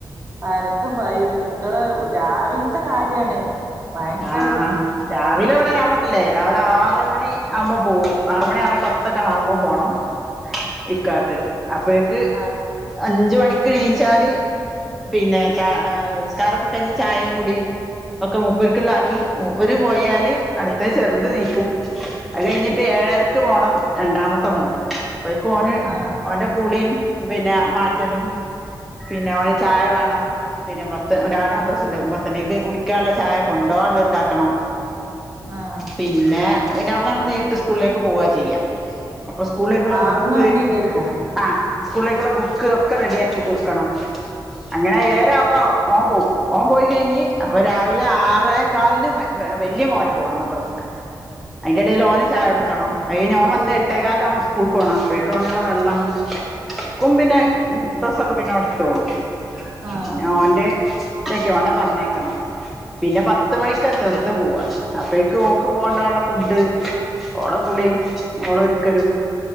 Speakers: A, on the right; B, in the centre.
A: പരക്കം പായുവാ കുട്ടികള് രാവിലത്തെ കാര്യാണ് ഭയങ്കര
B: ആഹ്
A: ബുദ്ധിമുട്ടില്ലേ
B: രാവിലെ- ൻഡ് ഞാൻ പറഞ്ഞില്ലേ രാവിലെ ആറ് മണി ആവുമ്പോ പോകും ആറ് മണി ആറേ പത്തൊക്കെ ആവുമ്പോ പോകണം ഇക്കാക്ക് അപ്പഴേക്ക്
A: ആഹ്
B: അഞ്ചു മണിക്ക് എണിച്ചാല്- പിന്നെ ച ഏ നിസ്കാരൊക്കെ കഴിഞ് ചായീം കൂടീം ഒക്കെ മു- മൂപ്പർക്കുള്ളയാക്കി മൂപ്പര് പോയാല് അടുത്തത് ചെറുത് എണീക്കും അത് കഴിഞ്ഞിട്ട് ഏഴരക്ക് പോണം രണ്ടാമത്തെ മോന് അപ്പഴേക്ക് ഓന്
A: ആഹ്
B: ഓന്റെ കുളിയും പിന്നെ മാറ്റലും- പിന്നെ ഓന് ചായ വേണം പിന്നെ പത്ത് രാവിലെ മദ്രസണ്ടാവും പത്തണിക്ക് കുടിക്കാനുള്ള ചായ- കൊണ്ടോവാനുള്ളത് ഇണ്ടാക്കണം
A: ആഹ്
B: പിന്നെ പിന്നെ അവിടുന്ന് അങ്ങട്ട് നേരിട്ട് സ്കൂളിലേക്ക് പോവാ ചെയ്യാ അപ്പൊ സ്കൂളിലേക്കുള്ള
A: അവിടുന്ന്
B: ബുക്ക്-
A: വണ്ടിണ്ടേക്കും
B: ആഹ് സ്കൂളിലേക്കുള്ള ബുക്ക് ഒക്കെ റെഡിയാക്കി കൊടുക്കണം അങ്ങനെ ഏഴരാവുമ്പോ ഓൻ പോവും ഓൻ പോയി കഴിഞ്ഞ് അപ്പൊ രാവിലെ ആറ- റേ കാലിനു വല്യ മോന് പോണം മദ്രസക്ക് അയിന്റെ എടേൽ ഓന്- ചായ കൊടുക്കണം അത് കഴിഞ്ഞ് ഓൻ വന്ന് എട്ടേക്കാലിന് ഓന് സ്കൂൾക്ക് പോണം അപ്പോഴേക്കും ഓനുള്ള വെള്ളം- ക്കും പിന്നെ ഡ്രസൊക്കെ പിന്നോടുത്തോളും
A: ആഹ്
B: പിന്നെ ഓന്റെ ഒറ്റക്ക് ഓനെ പറഞ്ഞയക്കണം പിന്നെ പത്ത് മണിക്കാ ചെറുത് പോവാ അപ്പേക്ക് ഓക്ക് കൊണ്ടുപോകാനുള്ള ഫുഡ് ഓളെ കുളീം ഓളെ ഒരുക്കലും